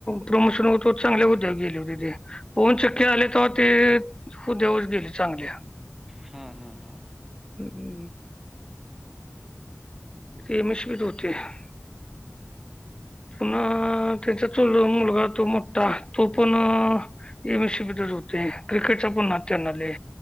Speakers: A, on the left; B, in the centre.
A: प्रमोशन होतो चांगले उद्योग गेले होते ते, पोन चक्के आले तर ते खू देऊच गेली चांगली.
B: हां हां हां?
A: हम्म, ! तेमश भी ध होते <unintelligible> पुन्हा त्याचा चुल मुलगा तो मोठठा, तो पण एम एससी बीतच होते क्रिकेटचा पण नात्यान आले.